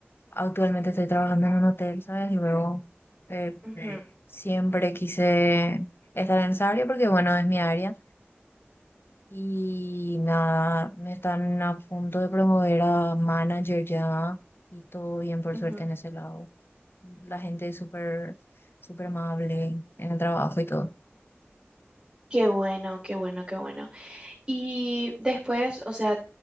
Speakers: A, on the left; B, on the right.
A: actualmente estoy trabajando en un hotel, ¿sabes? Y luego eh,
B: ujú,
A: siempre quise estar en esa área porque, bueno, es mi área. Y nada, me están a punto de promover a manager ya y todo bien, por
B: ujú.
A: suerte, en ese lado. La gente es súper, súper amable en el trabajo y todo.
B: Qué bueno, qué bueno, qué bueno. Y después, o sea,